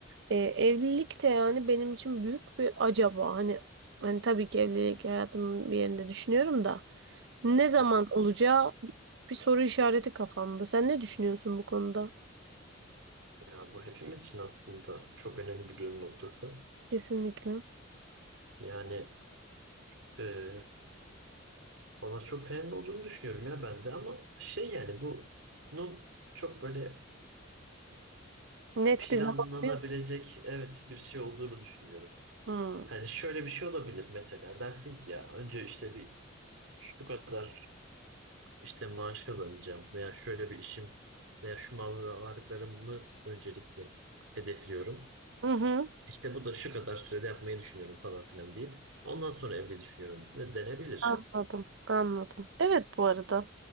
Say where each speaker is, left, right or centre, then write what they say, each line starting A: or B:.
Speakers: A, on the right; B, on the right.
A: e, evlilik de yani benim için büyük bir acaba. Hani hani tabii ki evlilik hayatımın bir yerinde düşünüyorum da ne zaman
B: Hı.
A: olacağı bi- bir soru işareti kafamda. Sen ne düşünüyorsun bu konuda?
B: Ya bu hepimiz için aslında çok önemli bir dönüm noktası.
A: Kesinlikle.
B: Yani e, bana çok önemli olduğunu düşünüyorum ya ben de ama şey yani bunun çok böyle
A: Net
B: planlanabilecek
A: bir zaman yok.
B: evet bir şey olduğunu düşünüyorum.
A: Hmm.
B: Hani şöyle bir şey olabilir mesela dersin ki ya önce işte bir şu kadar işte maaş kazanacağım veya şöyle bir işim veya şu mal ve varlıklarımı öncelikle hedefliyorum.
A: Hı hı.
B: İşte bu da şu kadar sürede yapmayı düşünüyorum falan filan deyip ondan sonra evli düşünüyorum de denebilir.
A: Anladım, anladım. Evet bu arada